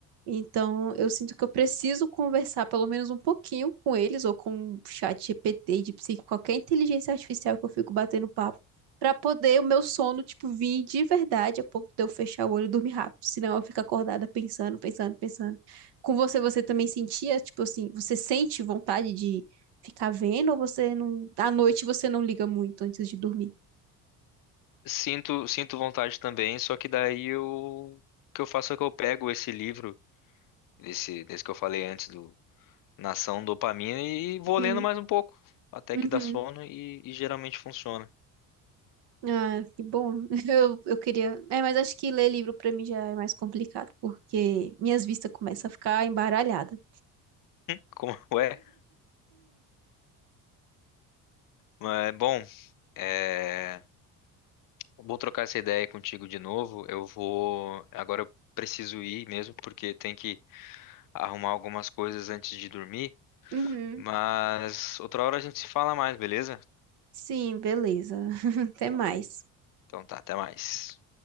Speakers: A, on the right; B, on the left.
A: Então, eu sinto que eu preciso conversar pelo menos um pouquinho com eles, ou com o chat GPT, de psique, qualquer inteligência artificial que eu fico batendo papo, pra poder o meu sono, tipo, vir de verdade a ponto de eu fechar o olho e dormir rápido. Senão eu fico acordada pensando, pensando, pensando. Com você, você também sentia, tipo assim, você sente vontade de ficar vendo, ou você não. À noite você não liga muito antes de dormir?
B: Sinto, sinto vontade também, só que daí eu, o que eu faço é que eu pego esse livro, esse, desse que eu falei antes, do Nação Dopamina, e vou
A: Hum,
B: lendo mais um pouco, até
A: uhum.
B: que dá sono e, e geralmente funciona.
A: Ah, que bom. <laughs> Eu, eu queria. É, mas acho que ler livro pra mim já é mais complicado, porque minhas vistas começam a ficar embaralhadas.
B: Como <laughs> é? Mas, bom, é, vou trocar essa ideia contigo de novo. Eu vou. Agora eu preciso ir mesmo, porque tem que arrumar algumas coisas antes de dormir,
A: Uhum.
B: mas outra hora a gente se fala mais, beleza?
A: Sim, beleza. <laughs> Até mais.
B: Então tá, até mais.